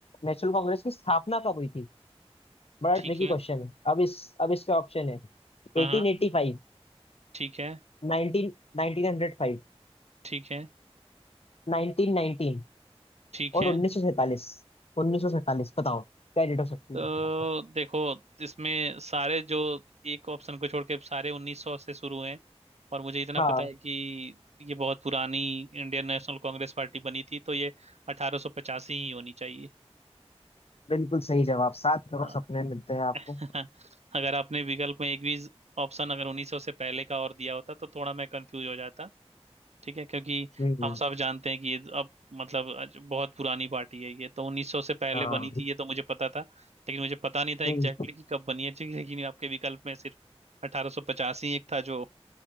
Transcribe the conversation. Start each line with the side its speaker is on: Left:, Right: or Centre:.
Left: नेशनल कांग्रेस की स्थापना कब हुई थी बड़ा
Right: ठीक
Left: ट्रिकी
Right: है
Left: क्वेश्चन है अब इस अब इसके ऑप्शन है 1885
Right: हाँ हाँ ठीक है
Left: 19 1905
Right: ठीक है
Left: 1919
Right: ठीक
Left: और
Right: है
Left: 1947 1947 बताओ क्या डेट हो सकती
Right: तो
Left: है
Right: देखो इसमें सारे जो एक ऑप्शन को छोड़ के सारे 1900 से शुरू हैं और मुझे इतना
Left: हाँ
Right: पता है कि ये बहुत पुरानी इंडियन नेशनल कांग्रेस पार्टी बनी थी तो ये 1885 ही होनी चाहिए
Left: बिल्कुल सही जवाब सात करोड़
Right: हाँ,
Left: सपने मिलते हैं आपको
Right: <laughs> अगर आपने विकल्प में एक भी ऑप्शन अगर 1900 से पहले का और दिया होता तो थोड़ा मैं कंफ्यूज हो जाता ठीक है क्योंकि
Left: हम्म
Right: हम सब जानते हैं कि ये अब मतलब आज बहुत पुरानी पार्टी है ये तो 1900 से पहले
Left: हाँ
Right: बनी थी ये तो मुझे पता था लेकिन मुझे पता नहीं था एग्जैक्टली
Left: हम्म,
Right: कि कब बनी है ठीक है, लेकिन आपके विकल्प में सिर्फ 1850 ही एक था जो